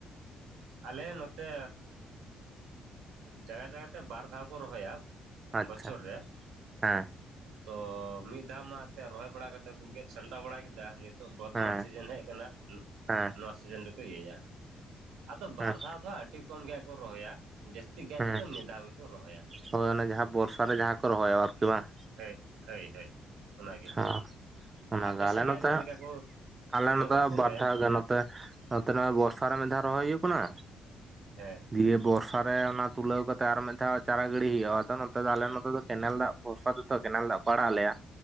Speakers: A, on the right; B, on the right.
A: ᱟᱞᱮ ᱱᱚᱛᱮ ᱡᱟᱭᱜᱟ ᱡᱟᱭᱜᱟ ᱛᱮ ᱵᱟᱨ ᱫᱷᱟᱣ ᱠᱚ ᱨᱚᱦᱚᱭᱟ᱾
B: ᱟᱪᱪᱷᱟ
A: ᱵᱚᱪᱷᱚᱨ ᱨᱮ
B: ᱦᱮᱸ
A: ᱛᱚ ᱢᱤᱫ ᱫᱷᱟᱣ ᱢᱟ ᱮᱱᱛᱮᱫ ᱨᱚᱦᱚᱭ ᱵᱟᱲᱟ ᱠᱟᱛᱮ ᱠᱚ ᱜᱮᱫ ᱥᱟᱢᱴᱟᱣ ᱵᱟᱲᱟ ᱠᱮᱫᱟ ᱱᱤᱛᱚᱜ ᱱᱤᱛᱚᱜ ᱵᱚᱨᱛᱚᱢᱟᱱ
B: ᱦᱮᱸ
A: ᱥᱤᱡᱮᱱ ᱦᱮᱡ ᱟᱠᱟᱱᱟ
B: ᱦᱮᱸ
A: ᱱᱚᱣᱟ ᱥᱤᱡᱮᱱ ᱨᱮᱠᱚ ᱤᱭᱟᱹᱭᱟ᱾ ᱟᱫᱚ ᱵᱟᱨ
B: ᱦᱮᱸ
A: ᱫᱷᱟᱣ ᱫᱚ ᱟᱹᱰᱤ ᱠᱚᱢ ᱜᱮᱟᱱ ᱠᱚ ᱨᱚᱦᱚᱭᱟ ᱡᱟᱹᱥᱛᱤ ᱜᱟᱱ
B: ᱦᱮᱸ
A: ᱛᱮᱫᱚ ᱢᱤᱫ ᱫᱷᱟᱣ ᱜᱮᱠᱚ ᱨᱚᱦᱚᱭᱟ᱾
B: ᱦᱳᱭ ᱚᱱᱮ ᱡᱟᱦᱟᱸ ᱵᱚᱨᱥᱟ ᱨᱮ ᱡᱟᱦᱟᱸ ᱠᱚ ᱨᱚᱦᱚᱭᱟ ᱟᱨᱠᱤ ᱵᱟᱝ?
A: ᱦᱮᱸ ᱦᱳᱭ ᱦᱳᱭ ᱚᱱᱟᱜᱮ᱾
B: ᱚ, ᱚᱱᱟ
A: ᱟᱯᱮ
B: ᱜᱮ
A: ᱥᱮᱫ
B: ᱟᱞᱮ ᱱᱚᱛᱮ,
A: ᱦᱟᱸᱜ ᱪᱮᱫ ᱞᱮᱠᱟ ᱠᱚ
B: ᱟᱞᱮ
A: ᱛᱤᱱᱟᱹᱜ
B: ᱱᱚᱛᱮ ᱦᱚᱸ
A: ᱠᱚ
B: ᱵᱟᱨ
A: ᱨᱚᱦᱚᱭᱟ
B: ᱫᱷᱟᱣ ᱜᱮ ᱱᱚᱛᱮ ᱱᱚᱛᱮ ᱱᱚᱜᱼᱚᱭ ᱵᱚᱨᱥᱟ ᱨᱮ ᱢᱤᱫ ᱫᱷᱟᱣ ᱨᱚᱦᱚᱭ ᱦᱩᱭᱩᱜ ᱠᱟᱱᱟ,
A: ᱦᱮᱸ᱾
B: ᱫᱤᱭᱮ ᱵᱚᱨᱥᱟ ᱨᱮ ᱚᱱᱟ ᱛᱩᱞᱟᱹᱣ ᱠᱟᱛᱮ ᱟᱨᱚ ᱢᱤᱫ ᱫᱷᱟᱣ ᱪᱟᱨᱟ ᱜᱤᱲᱤ ᱦᱩᱭᱩᱜᱼᱟ, ᱟᱫᱚ ᱱᱚᱛᱮ ᱫᱚ ᱟᱞᱮ ᱱᱚᱛᱮ ᱫᱚ ᱠᱮᱱᱮᱞ ᱫᱟᱜ ᱵᱷᱚᱨᱥᱟ ᱛᱮᱫᱚ ᱠᱮᱱᱮᱞ ᱫᱟᱜ ᱠᱚ ᱟᱲᱟᱜ ᱟᱞᱮᱭᱟ,